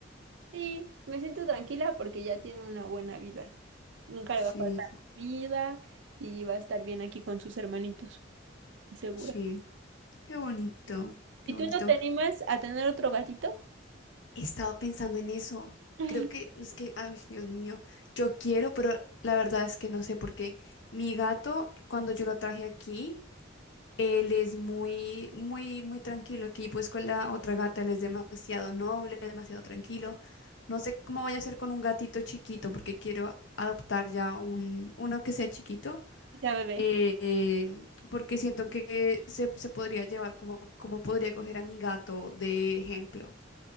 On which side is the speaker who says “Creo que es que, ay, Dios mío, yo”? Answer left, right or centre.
Left